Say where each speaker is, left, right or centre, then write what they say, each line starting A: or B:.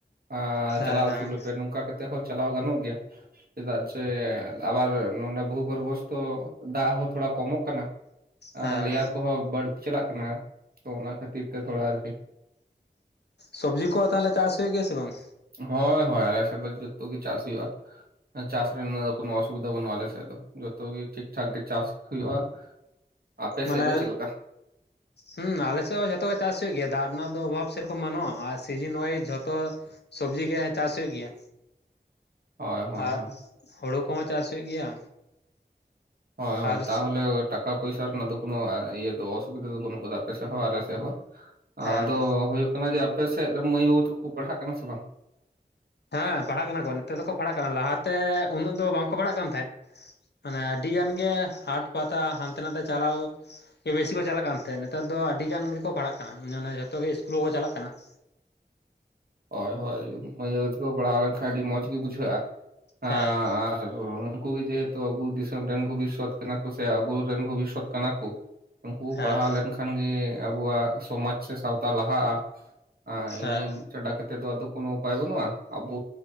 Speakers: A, on the right (about 60°); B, on the left (about 75°).
A: ᱟ
B: ᱦᱮᱸ
A: ᱪᱟᱞᱟᱣ
B: ᱦᱮᱸ
A: ᱚᱪᱚ ᱟᱞᱮᱯᱮ ᱱᱚᱝᱠᱟ ᱠᱟᱛᱮ ᱛᱮᱦᱚᱸ ᱪᱟᱞᱟᱣ ᱜᱟᱱᱚᱜ ᱜᱮᱭᱟ ᱪᱮᱫᱟᱜ ᱪᱮ ᱟᱵᱟᱨ ᱱᱚᱰᱮ ᱵᱷᱩ ᱜᱚᱨᱵᱷᱚᱥᱛᱚ ᱫᱟᱜ ᱦᱚᱸ ᱛᱷᱚᱲᱟ ᱠᱚᱢᱚᱜ ᱠᱟᱱᱟ
B: ᱦᱮᱸ
A: ᱞᱮᱭᱟᱨ ᱠᱚᱦᱚᱸ ᱵᱟᱹᱲᱛᱤ ᱪᱟᱞᱟᱜ ᱠᱟᱱᱟ ᱛᱚ ᱚᱱᱟ ᱠᱷᱟᱹᱛᱤᱨ ᱛᱮ ᱛᱷᱚᱲᱟ ᱟᱨᱠᱤ
B: ᱥᱚᱵᱽᱡᱤ ᱠᱚ ᱛᱟᱦᱞᱮ ᱪᱟᱥ ᱦᱳᱭᱳᱜ ᱜᱮᱭᱟ ᱥᱮ ᱵᱟᱝ
A: ᱦᱳᱭ ᱦᱳᱭ ᱟᱞᱮ ᱥᱮᱫ ᱫᱚ ᱡᱚᱛᱚ ᱜᱮ ᱪᱟᱥ ᱦᱩᱭᱩᱜᱼᱟ ᱪᱟᱥ ᱨᱮᱱᱟᱜ ᱫᱚ ᱠᱳᱱᱳ ᱚᱥᱩᱵᱤᱫᱟ ᱵᱟᱹᱱᱩᱜᱼᱟ ᱟᱞᱮᱮᱥᱮᱫ ᱫᱚ ᱡᱚᱛᱚ ᱜᱮ ᱴᱷᱤᱠ ᱴᱷᱟᱠ ᱜᱮ ᱪᱟᱥ ᱦᱩᱭᱩᱜᱼᱟ ᱟᱯᱮ
B: ᱢᱟᱱᱮ
A: ᱥᱮᱫ ᱜᱮ ᱪᱮᱫ ᱞᱮᱠᱟ?
B: ᱦᱩᱸ ᱟᱞᱮᱥᱮᱜ ᱦᱚᱸ ᱡᱷᱚᱛᱚ ᱜᱮ ᱪᱟᱥ ᱦᱳᱭᱳᱜ ᱜᱮᱭᱟ ᱫᱟᱜ ᱨᱮᱱᱟᱜ ᱫᱚ ᱚᱵᱷᱟᱵᱽ ᱥᱮᱨᱚᱠᱚᱢ ᱵᱟᱱᱩᱜᱼᱟ ᱟᱨ ᱥᱤᱡᱤᱱ ᱚᱣᱟᱭᱤᱡ ᱡᱷᱚᱛᱚ ᱥᱚᱵᱡᱤ ᱜᱮ ᱪᱟᱥ ᱦᱩᱭᱩᱜ ᱜᱮᱭᱟ
A: ᱦᱳᱭ ᱦᱳᱭ
B: ᱟᱨ
A: ᱦᱳᱭ
B: ᱦᱩᱲᱩ ᱠᱚᱦᱚᱸ ᱪᱟᱥ ᱦᱳᱭᱳᱜ ᱜᱮᱭᱟ
A: ᱦᱳᱭ ᱦᱳᱭ
B: ᱟᱨ
A: ᱛᱟᱦᱚᱞᱮ ᱴᱟᱠᱟ ᱯᱚᱭᱥᱟ ᱨᱮᱱᱟᱜ ᱫᱚ ᱠᱚ ᱤᱭᱟᱹ ᱚᱥᱩᱵᱤᱫᱟ ᱫᱚ ᱵᱟᱹᱱᱩᱜ ᱠᱟᱫᱟ ᱟᱯᱮ ᱥᱮᱫ ᱦᱚᱸ ᱟᱞ ᱥᱮᱫ ᱦᱚᱸ
B: ᱦᱮᱸ
A: ᱟᱫᱚ ᱦᱳᱭᱳᱜ ᱠᱟᱱᱟ ᱡᱮ ᱟᱯᱮᱥᱮᱫ ᱢᱟᱹᱭ ᱵᱟᱹᱵᱩ ᱛᱟᱠᱩ ᱠᱩ ᱯᱟᱲᱦᱟᱜ ᱠᱟᱱᱟ ᱥᱮ ᱵᱟᱝ
B: ᱦᱮᱸ ᱯᱟᱲᱦᱟᱜ ᱠᱟᱱᱟ ᱠᱚ ᱱᱤᱛᱚᱜ ᱫᱚᱠᱚ ᱯᱟᱲᱦᱟᱜ ᱠᱟᱱᱟ ᱞᱟᱦᱟᱛᱮ ᱩᱱᱟᱹᱜ ᱫᱚ ᱵᱟᱝᱠᱚ ᱯᱟᱲᱦᱟᱜ ᱠᱟᱱ ᱛᱟᱦᱮᱸᱫ ᱢᱟᱱᱮ ᱟᱹᱰᱤ ᱜᱟᱱ ᱜᱮ ᱦᱟᱴ ᱯᱟᱛᱟ ᱦᱟᱱᱛᱮ ᱱᱟᱛᱮ ᱪᱟᱞᱟᱣ ᱵᱮᱥᱤ ᱠᱚ ᱪᱟᱞᱟᱜ ᱠᱟᱱ ᱛᱟᱸᱦᱮ ᱱᱮᱛᱟᱨ ᱫᱚ ᱟᱹᱰᱤ ᱜᱟᱱ ᱜᱮᱠᱚ ᱯᱟᱲᱦᱟᱜ ᱠᱟᱱᱟ ᱢᱟᱱᱮ ᱡᱷᱚᱛᱚ ᱜᱮ ᱥᱤᱥᱠᱩᱞ ᱠᱚᱠᱚ ᱪᱟᱞᱟᱜ ᱠᱟᱱᱟ <unintelligible>
A: ᱦᱳᱭ ᱦᱳᱭ ᱢᱟᱹᱭ ᱵᱟᱹᱵᱩ ᱛᱟᱠᱚ ᱯᱟᱲᱦᱟᱣ ᱞᱮᱱᱠᱷᱟᱱ ᱟᱹᱰᱤ ᱢᱚᱸᱡᱽ ᱜᱮ ᱵᱩᱡᱷᱟᱹᱜᱼᱟ ᱮᱸᱻ
B: ᱦᱮᱸ
A: ᱟᱨ ᱩᱱᱠᱩ ᱜᱮ ᱡᱮᱦᱮᱛᱩ ᱟᱵᱚ ᱫᱤᱥᱚᱢ ᱨᱮᱱ ᱵᱷᱚᱵᱤᱥᱥᱚᱛ ᱠᱟᱱᱟ ᱠᱚ ᱥᱮ ᱟᱵᱚᱨᱮᱱ ᱵᱷᱚᱵᱤᱥᱥᱚᱛ ᱠᱟᱱᱟ ᱠᱚ ᱩᱱᱠᱩ ᱠᱚ
B: ᱦᱮᱸ
A: ᱯᱟᱲᱦᱟᱣ ᱞᱮᱱᱠᱷᱟᱱ ᱜᱮ ᱟᱵᱚᱣᱟᱜ ᱥᱚᱢᱟᱡᱽ ᱥᱮ ᱥᱟᱶᱛᱟ ᱞᱟᱦᱟᱜᱼᱟ ᱟᱨ
B: ᱦᱮᱸ
A: ᱤᱱᱟᱹ ᱪᱟᱰᱟ ᱠᱟᱛᱮᱫ ᱫᱚ ᱟᱫᱚ ᱠᱳᱱᱳ ᱩᱯᱟᱭ ᱵᱟᱹᱱᱩᱜᱼᱟ ᱟᱵᱚ